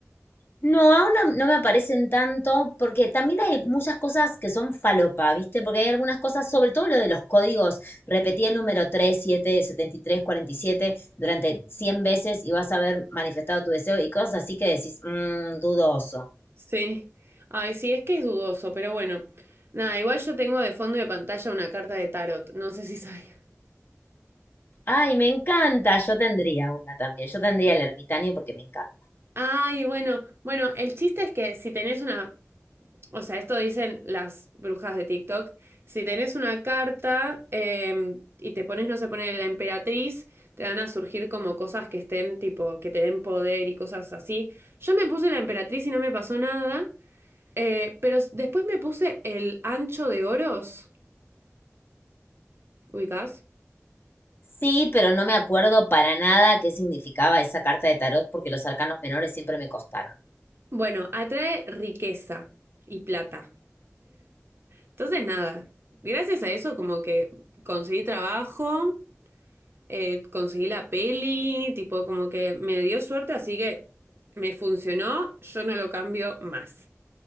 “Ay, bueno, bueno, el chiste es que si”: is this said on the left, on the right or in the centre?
Right